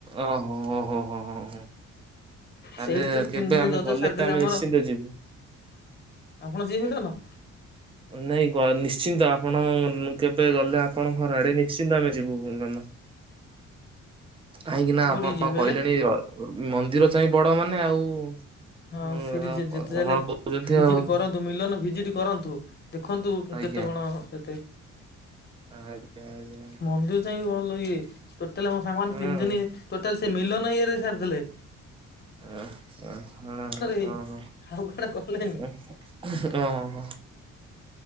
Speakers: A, on the right; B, on the left.
A: ଓହୋ। ହୋ ହୋ ହୋ ହୋ ତାହେଲେ
B: ସେଇଠି ତ
A: କେବେ
B: ତିନି ଦିନ୍
A: ଆମେ
B: ରଜ
A: ଗଲେ
B: ସାରିଦେଲେ
A: ଆମେ
B: ଆମର।
A: ନିଶ୍ଚିନ୍ତ ଯିବୁ।
B: ଆପଣ ଯିିବେ ମିଲନ?
A: ନାଇଁ ଗ ନିଶ୍ଚିନ୍ତ, ଆପଣ କେବେ ଗଲେ ଆପଣଙ୍କ ଘର ଆଡେ ନିଶ୍ଚିନ୍ତ ଆମେ ଯିବୁ ମିଲନ। କାହିଁକି ନା
B: କୋଉଠିକି
A: ଆପଣ
B: ଯିବେ କହିଲେ?
A: କହିଲେଣି ର ମନ୍ଦିର ଚାହିଁ ବଡ ମାନେ ଆଉ
B: ହଁ
A: ହୁଁ
B: ସେଠି
A: ଆଉ
B: ଯେତେ
A: କ-
B: ଯାହାଲେ
A: ଆପଣ କହୁଛନ୍ତି
B: ଭିଜିଟ୍
A: ଆଉ
B: କରନ୍ତୁ। ମିଲନ ଭିଜିଟ୍ କରନ୍ତୁ। ଦେଖନ୍ତୁ
A: ଆଜ୍ଞା।
B: କେତେ କଣ କେତେ
A: ଆଜ୍ଞା ଆଜ୍ଞା ଆଜ୍ଞା।
B: ମନ୍ଦିର ଚାଇଁ ବି ଭଲ ଇଏ, ଟୋଟାଲି ମୋ ସାଙ୍ଗମାନେ
A: ହଁ।
B: ତିନି ଦିନି ଟୋଟାଲ ସେ ମିଲନ ଇଏରେ ସାରିଦଲେ।
A: ଓ ଓ ହ
B: ହିଁ
A: ଓ ହୋ
B: ଆଉ କୁଆଡେ ଗଲେନି।
A: ଓ ହ ହ। ହୁଁ ଓହୋ।